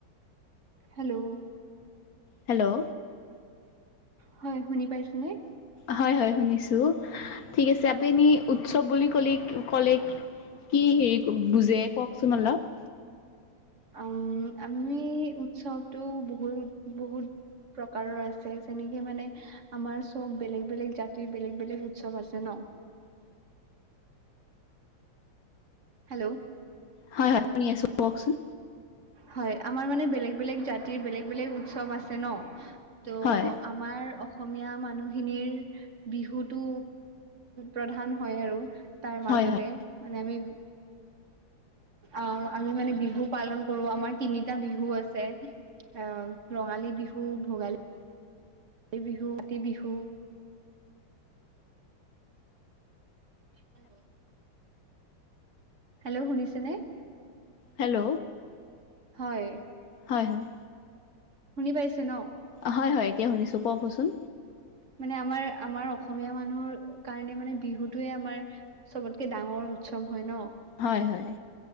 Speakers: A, on the right; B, on the left.
A: হেল্ল'
B: হেল্ল'
A: হয় শুনি পাইছো নে?
B: হয়, হয় শুনিছো ঠিক আছে আপুনি উৎসৱ বুলি ক'লে ক'লে কি হেৰি বুজে কওকচোন অলপ।
A: উম', আমি উৎসৱটো বহুত বহুত প্ৰকাৰৰ আছে যেনেকে মানে আমাৰ চব বেলেগ বেলেগ জাতিৰ বেলেগ বেলেগ উৎসৱ আছে ন। হেল্ল'
B: হয়, হয় শুনি আছো কওকচোন।
A: হয় আমাৰ মানে বেলেগ বেলেগ জাতিৰ বেলেগ বেলেগ উৎসৱ আছে ন ত
B: হয়
A: আমাৰ অসমীয়া মানুহখিনিৰ, বিহুতটো প্ৰধান হয় আৰু। তাৰ মাজতে
B: হয় হয়
A: মানে আমি অ' আমি মানে বিহু পালন সৰু আমাৰ তিনিটা বিহু আছে, অ' ৰঙালী বিহু ভোগালী বিহু কাতি বিহু। হেল্ল' হেল্ল' শুনিছেনে,
B: হেল্ল'
A: হয়।
B: হয় হয়
A: শুনি পাইছে ন'।
B: হয় হয় এতিয়া শুনিছো ক'বচোন।
A: মানে আমাৰ আমাৰ অসমীয়া মানুহৰ কাৰণে মানে বিহুটোৱে আমাৰ চবতকে ডাঙৰ উৎসৱ হয় ন'।
B: হয় হয়।